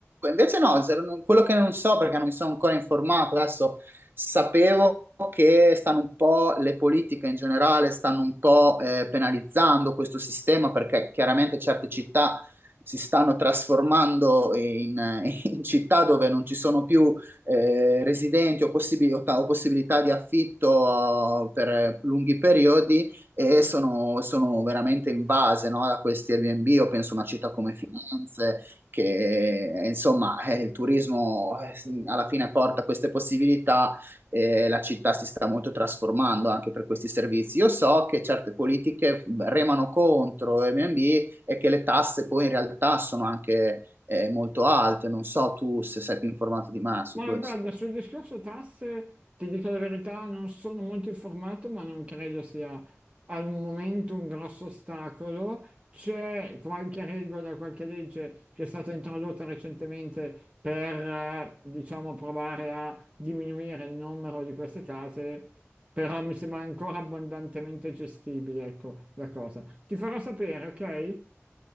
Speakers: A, on the right; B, on the right.
A: invece no, se- non- quello che non so perché non mi sono ancora informato, adesso sapevo che stanno un po', le politiche in generale stanno un po' eh, penalizzando questo sistema perché chiaramente certe città si stanno trasformando in, <laughs> in città dove non ci sono più eh, residenti o, possibi- o ta- o possibilità di affitto eh, per lunghi periodi e sono, sono veramente invase, no, da questi Airbnb. Io penso a una città come Firenze, che eh, insomma eh, il turismo eh, alla fine porta queste possibilità e la città si sta molto trasformando anche per questi servizi. Io so che certe politiche remano contro Airbnb e che le tasse poi in realtà sono anche eh, molto alte. Non so tu se sei più informato di me su
B: Ma
A: questo.
B: guarda, sul discorso tasse, ti dico la verità, non sono molto informato, ma non credo sia al momento un grosso ostacolo. C'è qualche regola, qualche legge che è stata introdotta recentemente per, eh, diciamo, provare a diminuire il numero di queste case, però mi sembra ancora abbondantemente gestibile, ecco, la cosa. Ti farò sapere, ok?